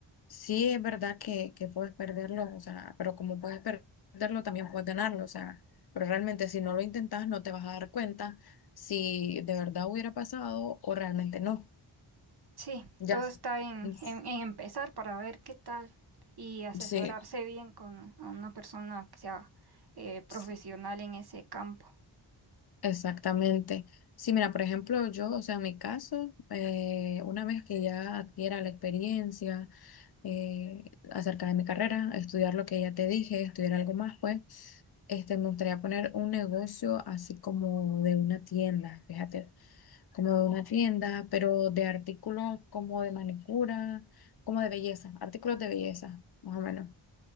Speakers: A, on the left; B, on the right.
A: Sí, es verdad que, que puedes perderlo, o sea, pero como puedes perderlo, también puedes ganarlo, o sea, pero realmente si no lo intentas, no te vas a dar cuenta si de verdad hubiera pasado o realmente no.
B: Sí,
A: Ya.
B: todo está en,
A: Es-
B: en- en empezar para ver qué tal y asesorarse
A: Sí,
B: bien con a una persona que sea eh, profesional
A: sí,
B: en ese campo.
A: exactamente. Sí, mira, por ejemplo, yo, o sea, en mi caso, eh, una vez que ya adquiera la experiencia, eh, acerca de mi carrera, estudiar lo que ya te dije, estudiar algo más, pues. Este, me gustaría poner un negocio así como de una tienda, fíjate, como de una tienda, pero de artículos como de manicura, como de belleza, artículos de belleza, más o menos,